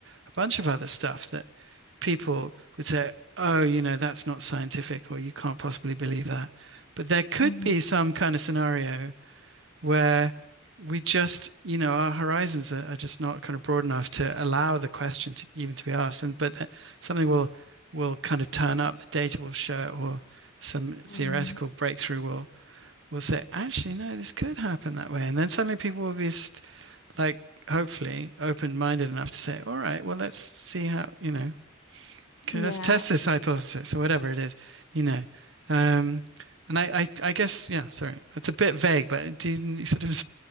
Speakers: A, on the right; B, on the left.
A: a bunch of other stuff that people would say, oh, you know, that's not scientific or you can't possibly believe that. But there could
B: Mhm.
A: be some kind of scenario where we just, you know, our horizons are, are just not kind of broad enough to allow the question to even to be asked. And but something will will kind of turn up, the data will show it, or some
B: Mm.
A: theoretical breakthrough will will say, actually, no, this could happen that way. And then suddenly people will be like, hopefully, open minded enough to say, all right, well, let's see how, you know, okay,
B: Yeah.
A: let's test this hypothesis or whatever it is, you know. Um, and I, I, I guess, yeah, sorry, it's a bit vague, but do you, you sort of